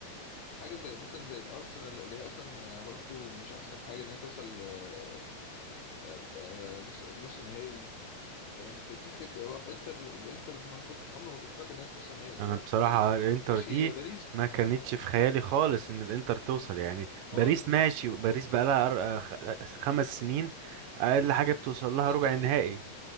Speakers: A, on the left (about 75°); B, on the right (about 80°).
A: حاجه زي مثلا زي الارسنال اللي هي اصلا برضو مش احسن حاجه ان هي توصل آه، آه، نص نص نهائي فاهم كان في حاجات آه، انتر الانتر إن أنا كنت عمري ما توقعت ان هي توصل نهائي
B: انا
A: تلعب في
B: بصراحة
A: النهائي
B: الانتر
A: ماشي
B: دي
A: باريس
B: ما كانتش في خيالي خالص ان الانتر توصل يعني
A: خالص
B: باريس ماشي باريس بقى لها خمس سنين اقل حاجة بتوصل لها
A: ثابته
B: ربع
A: وجودها
B: نهائي